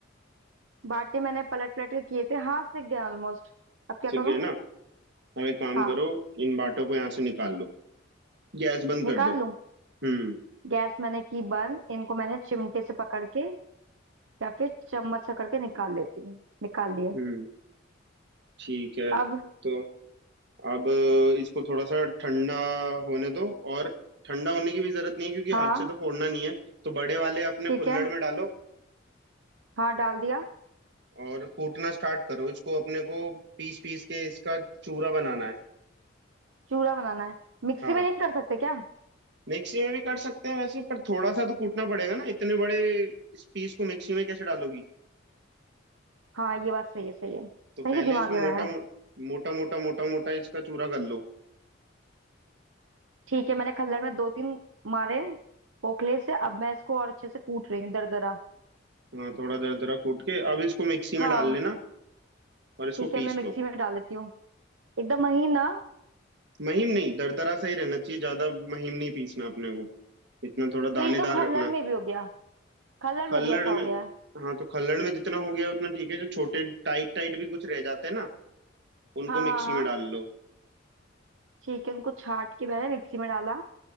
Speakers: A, on the right; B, on the right.
A: बाटे मैंने पलट पलट के किए थे हाँ सिक गए ऑलमोस्ट अब क्या
B: सिक
A: करूं
B: गए ना अब एक काम
A: हाँ
B: करो इन बाटों को यहाँ से निकाल लो गैस बंद
A: निकाल
B: कर दो
A: लूं
B: हम्म
A: गैस मैंने की बंद इनको मैंने चिमटे से पकड़ के या फिर चम्मच से करके निकाल लेती हूँ निकाल लिए
B: हम्म ठीक है
A: अब
B: तो अब इसको थोड़ा सा ठंडा होने दो और ठंडा होने की भी जरूरत नहीं है क्योंकि
A: हाँ
B: हाथ से तो फोड़ना नहीं है तो बड़े वाले अपने
A: ठीक
B: कुल्हड़
A: है
B: में डालो
A: हाँ डाल दिया
B: और कूटना स्टार्ट करो इसको अपने को पीस पीस के इसका चूरा बनाना है
A: चूड़ा बनाना है मिक्सी
B: हाँ
A: में नहीं कर सकते क्या
B: मिक्सी में भी कर सकते हैं वैसे पर थोड़ा सा तो कूटना पड़ेगा ना इतने बड़े इस पीस को मिक्सी में कैसे डालोगी
A: हाँ ये बात सही है सही है
B: तो
A: सही
B: पहले
A: दिमाग
B: इसको
A: लगाया
B: मोटा मो, मोटा मोटा मोटा मोटा इसका चूरा कर लो
A: ठीक है मैंने खल्लड़ में दो तीन मारे पोखले से अब मैं इसको और अच्छे से कूट रही हूँ दरदरा
B: हाँ थोड़ा दरदरा कूट के अब इसको मिक्सी में
A: हाँ
B: डाल लेना और इसको
A: ठीक है
B: पीस
A: मैं मिक्सी
B: लो
A: में डाल देती हूँ एकदम महीना
B: महीन नहीं दरदरा सा ही रहना चाहिए ज्यादा महीन नहीं पीसना अपने को इतना थोड़ा
A: तो
B: दानेदार
A: ये तो खल्लड़
B: रखना
A: में भी हो गया खल्लड़
B: खल्लड़
A: में भी ऐसा
B: में
A: हो गया है
B: हाँ तो खल्लड़ में जितना हो गया उतना ठीक है जो छोटे टाइट टाइट भी कुछ रह जाते हैं ना उनको
A: हाँ हाँ
B: मिक्सी
A: हाँ
B: में डाल लो
A: ठीक है उनको छाट के मैंने मिक्सी में डाला